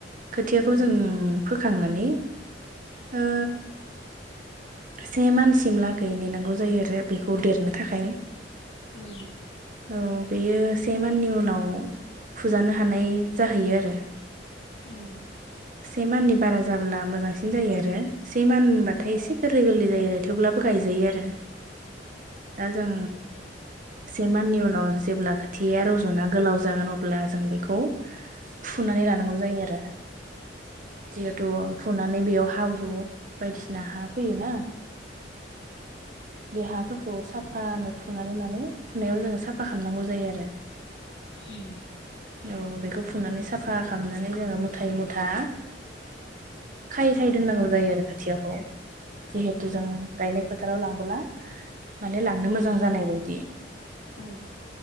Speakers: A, on the right (about 50°); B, on the left (about 70°).
A: खोथियाखौ
B: औ
A: जों फोखांनानै ओ से मानसिमलागै नेनांगौ जायो आरो बेखौ देरनो थाखाय
B: औ।
A: औ बेयो से माननि उनाव फुजानो हानाय जाहैयो आरो।
B: औ।
A: से माननि बारा जाब्ला मोजांसिन जायो आरो से मानबाथाय
B: औ
A: एसे गोरलै गोरलै जायो आरो थेवब्ला गायजायो आरो। दा जों से माननि उनाव जेब्ला खोथियाया रज'ना गोलाव जागोन अब्ला जों बेखौ फुनानै लानांगौ जायो आरो। जिहेथु फुनानै बेयाव हाब्रु बायदिसिना हा फैयो ना बे हाफोरखौ साफानो फुनानै माने फुनायाव जोङो साफा खालामनांगौ जायो आरो।
B: उम।
A: औ बेखौ फुनानै साफा खालामनानै जोङो मुथायै मुथ था खायै खायै दोननांगौ जायो आरो खोथियाखौ
B: औ
A: जिहेथु जों गायनाय फोथाराव लांबोला माने लांनो मोजां जानाय बायदि।
B: औ।